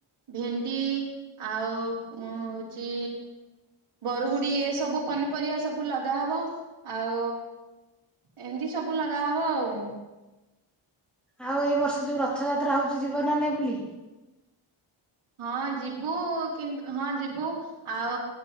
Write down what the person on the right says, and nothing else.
ଭେଣ୍ଡି ଆଉ କଣ ହଉଚି। ବରଗୁଡି଼ ଏ ସବୁ ପନିପରିବା ସବୁ ଲଗା ହବ। ଆଉ ଏମିତି ସବୁ ଲଗା ହବ ଆଉ।
ହଁ ଯିବୁ କି ହଁ ଯିବୁ ଆଉ